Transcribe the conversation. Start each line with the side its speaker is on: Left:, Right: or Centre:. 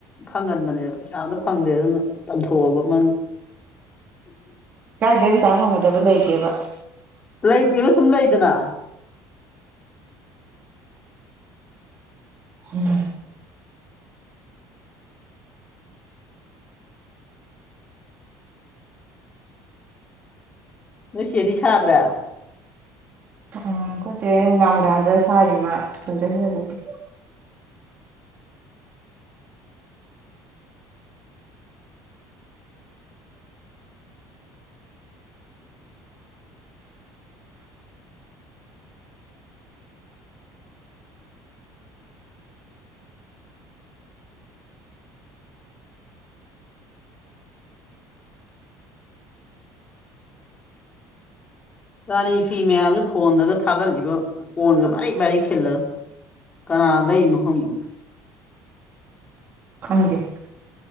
Left: ꯐꯪꯍꯟꯕꯅꯦꯕ ꯄꯩꯁꯥ ꯑꯝꯇ ꯐꯪꯗꯦ ꯑꯗꯨꯅ ꯇꯝꯊꯣꯛꯑꯕ ꯃꯪ
Right: ꯀꯗ ꯄꯩꯁꯥ ꯐꯪꯒꯗꯕ ꯂꯩꯇꯦꯕ
Left: ꯂꯩꯇꯦꯕ ꯁꯨꯝ ꯂꯩꯗꯅ
Right: ꯎꯝ
Left: ꯅꯣꯏ ꯆꯦꯗꯤ ꯁꯥꯗ꯭ꯔꯦ
Right: ꯎꯝ ꯑꯩꯈꯣꯏ ꯆꯦ ꯅꯨꯡꯗꯥꯡ ꯅꯨꯡꯗꯥꯡꯗ ꯁꯥꯔꯤꯃꯥ ꯁ꯭ꯀꯨꯜ ꯆꯠꯈꯤ ꯍꯧꯖꯤꯛꯇꯤ
Left: ꯔꯥꯅꯤ ꯐꯤ ꯃꯌꯥꯝꯁꯨ ꯐꯣꯟꯗꯒ ꯊꯥꯒꯠꯂꯤꯕ ꯀꯣꯟꯒ ꯚꯥꯔꯤ ꯚꯥꯔꯤ ꯈꯤꯜꯂꯒ ꯀꯅꯥ ꯂꯩ ꯃꯈꯐꯝꯒꯤꯦ
Right: ꯈꯪꯗꯦ